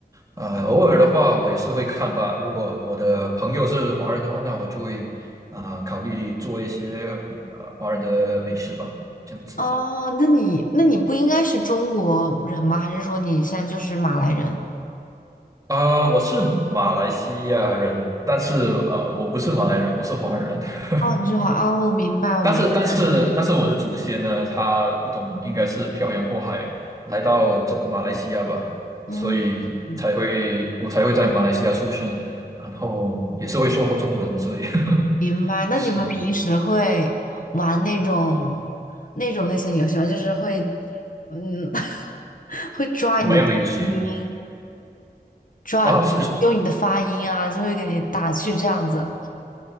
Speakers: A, on the right (about 20°); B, on the left (about 55°).
A: 啊、偶尔的话我也是会看吧。如果我的朋友是华人的话，那我就会啊、考虑做一些比呃华人的美食吧，这样子。
B: 哦，那你那你不应该是中国人吗？还是说你现在就是马来人？
A: 啊、我是马来西亚人，但是呃我不是马来人，我是华人。<laughs>
B: 哦，你是华哦，我明白，我明白，
A: 但是但是但是我的祖先呢，他不懂，应该是漂洋过海来到中马来西亚吧，
B: 嗯嗯。
A: 所以才会我才会在马来西亚出生，然后也是会说中文，所以
B: 明白。
A: <laughs>
B: 那你们平时会玩那种那种类型的游戏吗？
A: 是
B: 就是会，嗯，<laughs> 会抓你的低音，
A: 怎么样的游戏
B: 抓就是揪你的发音啊，
A: 啊？是
B: 就会给你打趣这样子。